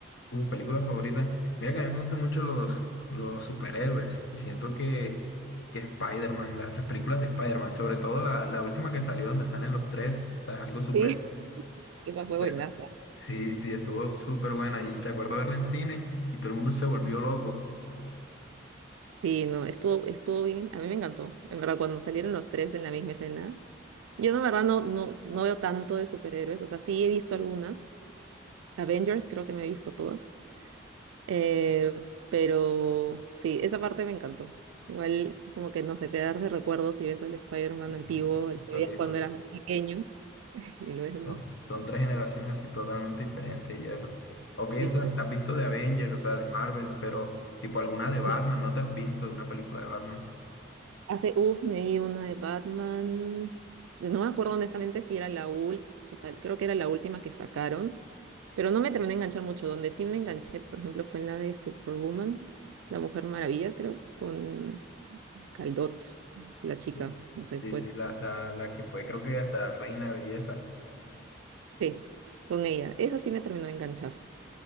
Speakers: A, on the left; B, on the right.
A: Uh, película favorita. Mira que a mí me gustan mucho los, los superhéroes y siento que, que Spider-Man, la- las películas de Spider-Man, sobre todo la, la última que salió donde salen los tres, o sea, es algo súper,
B: Sí. <laughs> Esa
A: súper,
B: fue buena.
A: sí, sí, estuvo súper buena y recuerdo verla en cine y todo el mundo se volvió loco.
B: Sí, no, estuvo, estuvo bien. A mí me encantó. En verdad, cuando salieron los tres en la misma escena. Yo, no, en verdad, no, no, no veo tanto de superhéroes. O sea, sí he visto algunas. Avengers creo que me he visto todas. Eh, pero sí, esa parte me encantó. Igual, como que no sé, te das de recuerdos y ves al Spider-Man
A: Sí,
B: antiguo,
A: sí,
B: el
A: estoy-
B: que veías cuando
A: to-
B: eras más pequeño, <laughs> y lo ves de nuevo.
A: son, son tres generaciones así totalmente diferentes y eso. Ok,
B: es
A: o
B: diferente.
A: sea, has visto de Avengers, o sea, de Marvel, pero tipo alguna de
B: Sí.
A: Batman, ¿no te has visto una película de Batman?
B: Hace, uff, me vi una de Batman. No me acuerdo honestamente si era la última, o sea, creo que era la última que sacaron, pero no me terminé de enganchar mucho. Donde sí me enganché, por ejemplo, fue en la de Superwoman, La Mujer Maravilla, creo, con Caldot, la chica,
A: Bien.
B: no sé, pues.
A: Sí, sí, la, la, la que fue creo que hasta reina de belleza.
B: Sí, con ella. Esa sí me terminó de enganchar.